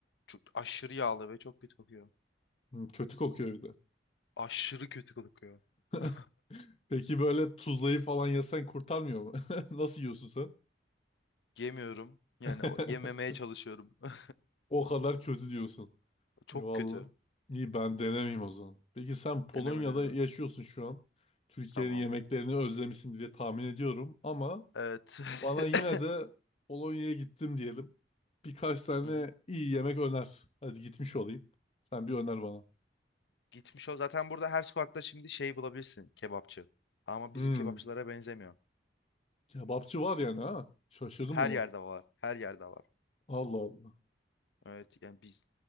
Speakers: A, on the left (about 80°); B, on the left (about 35°).
A: Çok aşırı yağlı ve çok kötü kokuyor.
B: Hmm, kötü kokuyor bir de.
A: Aşırı kötü kokuyor. <laughs>
B: <laughs> Peki böyle tuzlayı falan yesen kurtarmıyor mu? <laughs> Nasıl yiyorsun sen?
A: Yemiyorum. Yani
B: <laughs>
A: o- yememeye çalışıyorum. <laughs>
B: O kadar kötü diyorsun.
A: Çok
B: Eyvallah.
A: kötü.
B: İyi ben denemeyeyim o zaman. Peki sen Polonya'da
A: Deneme deneme.
B: yaşıyorsun şu an. Türkiye'nin
A: Tamam.
B: yemeklerini özlemişsin diye tahmin ediyorum. Ama
A: Evet.
B: bana yine
A: <laughs>
B: de Polonya'ya gittim diyelim. Birkaç tane
A: Hı hı.
B: iyi yemek öner. Hadi gitmiş olayım. Sen bir öner bana.
A: Gitmiş o. Zaten burada her sokakta şimdi şey bulabilirsin kebapçı. Ama
B: Hmm.
A: bizim kebapçılara benzemiyor.
B: Kebapçı var yani ha. Şaşırdım
A: Her
B: buna.
A: yerde var. Her yerde var.
B: Allah Allah.
A: Evet yani biz